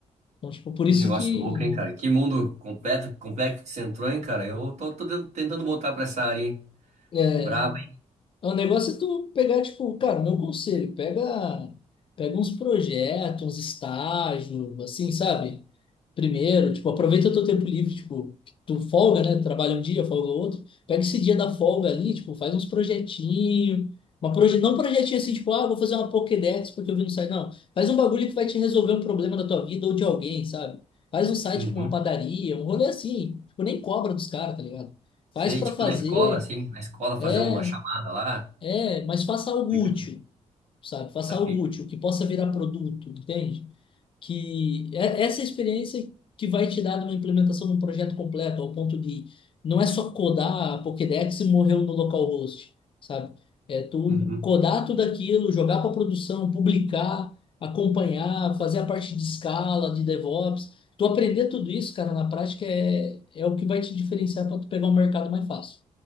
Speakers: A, on the left; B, on the right.
A: Então, tipo, por
B: Que
A: isso
B: negócio
A: que
B: louco, hein, cara? Que mundo completo, complexo que você entrou, hein, cara? Eu tô, tô de- tentando voltar pra essa área, hein?
A: é,
B: Brabo, hein?
A: o negócio é tu pegar, tipo, cara, meu conselho, pega, pega uns projetos, uns estágios, assim, sabe? primeiro, tipo, aproveita o teu tempo livre, tipo, que tu folga, né? Trabalha um dia, folga outro. Pega esse dia da folga ali, tipo, faz uns projetinhos. Uma proje... Não um projetinho assim, tipo, ah, vou fazer uma Pokédex porque eu vi no site. Não, faz um bagulho que vai te resolver um problema da tua vida ou de alguém, sabe? Faz um site
B: Uhum.
A: com uma padaria, um rolê assim. Tipo, nem cobra dos caras, tá ligado? Faz
B: Sei,
A: pra
B: tipo
A: fazer,
B: na escola, assim. Na escola fazer
A: é,
B: uma chamada lá.
A: é, mas faça algo
B: Aplicativo.
A: útil, sabe? Faça
B: Saquei.
A: algo útil, que possa virar produto, entende? que é essa experiência que vai te dar de uma implementação de um projeto completo, ao ponto de não é só codar a Pokédex e morreu no localhost, sabe? É tu
B: Uhum.
A: codar tudo aquilo, jogar para produção, publicar, acompanhar, fazer a parte de escala, de DevOps. Tu aprender tudo isso, cara, na prática é, é o que vai te diferenciar para tu pegar um mercado mais fácil,